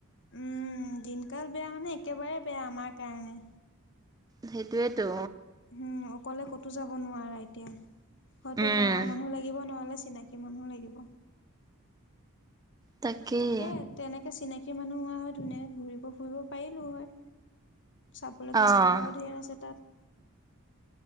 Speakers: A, on the left; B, on the right.
A: উম দিনকাল বেয়া মানে একেবাৰে বেয়া আমাৰ কাৰণে
B: সেইটোয়েতো
A: উম অকলে ক'তো যাব নোৱাৰা এতিয়া হয়টো
B: উম,
A: ঘৰৰ মানুহ লাগিব নহলে <unintelligible> চিনাকি মানুহ লাগিব
B: তাকেই
A: তাকে তেনেকে চিনাকি মানুহ হোৱা হয় ধুনীয়াকে ঘুৰিব ফুৰিব পাৰিলো হয় চাব লগীয়া
B: অ'।
A: জেগাও ঢেৰ আছে তাত